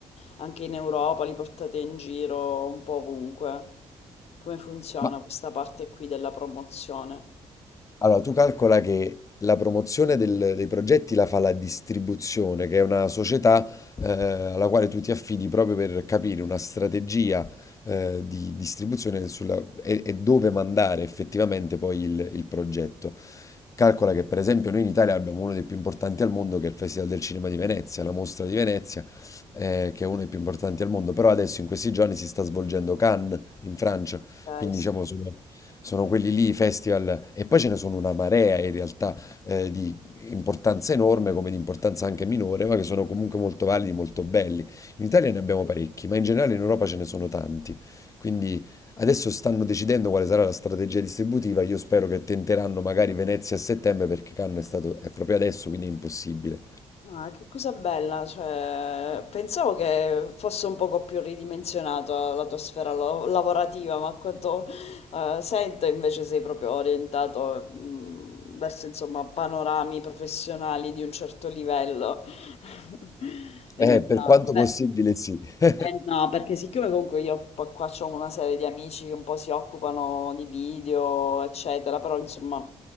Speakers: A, on the left; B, on the left.
A: anche in Europa li portate in giro un po' ovunque? Come funziona
B: Ma
A: questa parte qui della promozione?
B: Allora, tu calcola che la promozione del- dei progetti la fa la distribuzione, che è una società eh, alla quale tu ti affidi proprio per capire una strategia eh, di distribuzione sulla- e, e dove mandare effettivamente poi il, il progetto. Calcola che per esempio noi in Italia abbiamo uno dei più importanti al mondo che è il Festival del Cinema di Venezia, la mostra di Venezia, eh, che è uno dei più importanti al mondo, però adesso in questi giorni si sta svolgendo Cannes in Francia,
A: Ok,
B: quindi
A: sì.
B: diciamo sono, sono quelli lì i festival e poi ce ne sono una marea in realtà eh, di importanza enorme come di importanza anche minore, ma che sono comunque molto validi, molto belli. In Italia ne abbiamo parecchi, ma in generale in Europa ce ne sono tanti, quindi Adesso stanno decidendo quale sarà la strategia distributiva. Io spero che tenteranno magari Venezia a settembre perché Cannes è stato, è proprio adesso, quindi è impossibile.
A: Ma che cosa bella, cioè, pensavo che fosse un poco più ridimensionata la tua sfera lo- lavorativa, ma a quanto, Eh, sento invece sei proprio orientato mh, verso insomma panorami professionali di un certo livello. <laughs>
B: Eh,
A: Eh,
B: per
A: no,
B: quanto
A: beh,
B: possibile, sì. <laughs>
A: eh no, perché siccome comunque io po- qua ho una serie di amici che un po' si occupano di video, eccetera, però insomma